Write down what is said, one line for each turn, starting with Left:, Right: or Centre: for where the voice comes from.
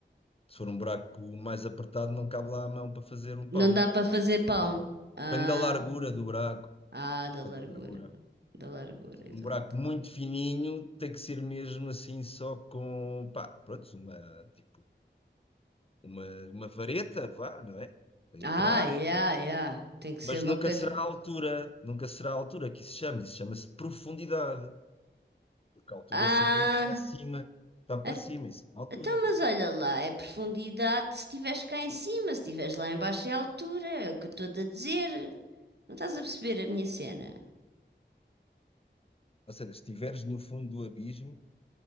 Left: Se for um buraco mais apertado, não cabe lá a mão para fazer um palmo.
Right: Não dá para fazer palmo. Ah,
Left: Depende da largura do buraco.
Right: ah, da
Left: Pedro
Right: largura.
Left: largura.
Right: Da largura,
Left: Se for
Right: exato.
Left: um buraco muito fininho, tem que ser mesmo assim só com, pá, pronto, uma, tipo, uma, uma vareta, vá, não é? Para entrar.
Right: Ah, yeah, yeah. Tem que
Left: Mas
Right: ser uma
Left: nunca
Right: coisa.
Left: será a altura, nunca será a altura que isso se chama, isso chama-se profundidade. Porque a altura
Right: Ah,
Left: supõe que está acima, está para
Right: a-
Left: cima, isso é altura,
Right: então,
Left: quer
Right: mas
Left: dizer.
Right: olha lá, é profundidade se estiveres cá em cima, se estiveres lá em baixo é altura, é o que eu estou a dizer. Não estás a perceber a minha cena?
Left: Ou seja, se estiveres no fundo do abismo,